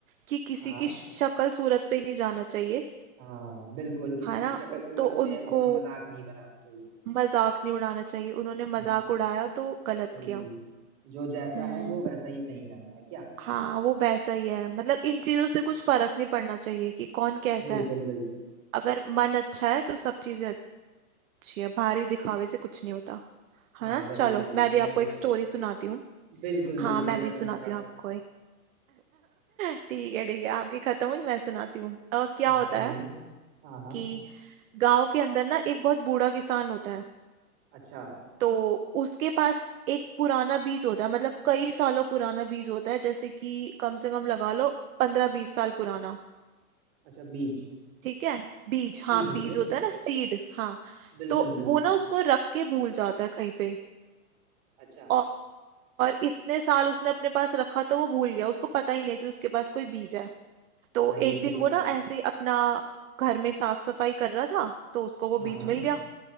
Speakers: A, on the right; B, on the right.
A: कि किसी
B: हाँ
A: की शक्ल सूरत पे नहीं जाना चाहिए
B: हाँ बिल्कुल किसी
A: है
B: की
A: ना
B: शक्ल सूरत
A: तो
B: पे
A: उनको
B: उसका मजाक नहीं बनाना चाहिए
A: मजाक नहीं उड़ाना चाहिए उन्होंने
B: हम्म,
A: मजाक उड़ाया तो गलत
B: बिल्कुल
A: किया
B: जो जैसा
A: हम्म
B: है वो वैसा ही सही रहता है क्या
A: हाँ वो वैसा ही है मतलब इन चीजों से कुछ फर्क नहीं पड़ना चाहिए कि कौन कैसा
B: बिल्कुल
A: है
B: बिल्कुल
A: अगर मन अच्छा है तो सब चीजें अच्छी है बाहरी दिखावे से कुछ नहीं होता
B: हाँ
A: है ना
B: वही
A: चलो
B: वही
A: मैं
B: भी
A: भी
B: मैं
A: आपको
B: भी
A: एक
B: वही
A: स्टोरी
B: पे।
A: सुनाती हूँ
B: बिल्कुल
A: हाँ
B: बिल्कुल
A: मैं
B: मैं
A: भी
B: तो
A: सुनाती
B: इंतजार
A: हूँ
B: कर
A: आपको
B: रहा हूँ
A: एक <laughs> ठीक है ठीक है आपकी खत्म हुई मैं सुनाती हूँ अ, क्या
B: हाँ
A: होता
B: सुनाइए
A: है
B: हाँ हाँ
A: कि गांव के अंदर ना एक बहुत बूढ़ा किसान होता है
B: अच्छा
A: तो उसके पास एक पुराना बीज होता है मतलब कई सालों पुराना बीज होता है जैसे कि कम से कम लगा लो पंद्रह बीस साल पुराना
B: अच्छा बीज
A: ठीक है बीज हाँ
B: ठीक है
A: बीज
B: फिर
A: होता है ना सीड हाँ
B: बिल्कुल
A: तो
B: बिल्कुल
A: वो ना उसको रख के भूल जाता है कहीं पे
B: अच्छा
A: और, और इतने साल उसने अपने पास रखा तो वो भूल गया उसको पता ही नहीं कि उसके पास कोई बीज है तो
B: हाँ ये
A: एक दिन
B: तो
A: वो
B: गलत
A: ना
B: हुआ
A: ऐसे ही अपना घर में साफ सफाई कर रहा था तो उसको वो
B: हाँ
A: बीज
B: हाँ
A: मिल गया